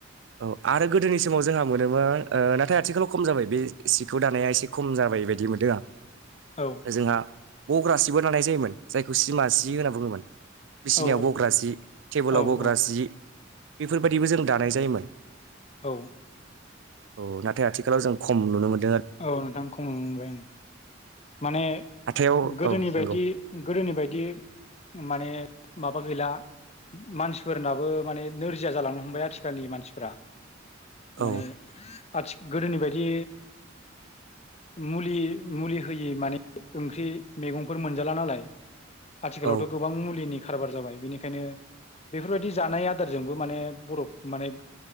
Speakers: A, on the right (about 70°); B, on the left (about 35°).
A: औ आरो गोदोनि समाव जोंहा मोनोमोन ओ नाथाय आथिखालाव खम जाबाय बे सिखौ दानाया एसे खम जाबाय बायदि मोनदों आं।
B: औ
A: जोंहा बग्रा सिबो दानाय जायोमोन जायखौ सिमा सि होनना बुङोमोन। बिसिनायाव
B: औ
A: बग्रा जि टेबोलाव
B: औ
A: बग्रा
B: औ
A: जि बेफोरबायदिबो जों दा दानाय जायोमोन।
B: औ
A: औ नाथाय आथिखालाव जों खम नुनो मोनो।
B: औ नोंथां खम नुनो मोनबाय ओं। माने
A: हाथायाव
B: गोदोनि
A: औ
B: बायदि
A: नंगौ
B: गोदोनि बायदि माने माबा गैला मानसिफोरनाबो माने नोरजिया जालांनो हमबाय आथिखालनि मानसिफ्रा। माने
A: औ
B: आथि गोदोनि बायदि मुलि मुलि होयै माने ओंख्रि मेगंफोर मोनजाला नालाय आथिखालावथ'
A: औ
B: गोबां मुलिनि खारबार जाबाय बेनिखायनो बेफोरबायदि जानाय आदारजोंबो माने बरफ माने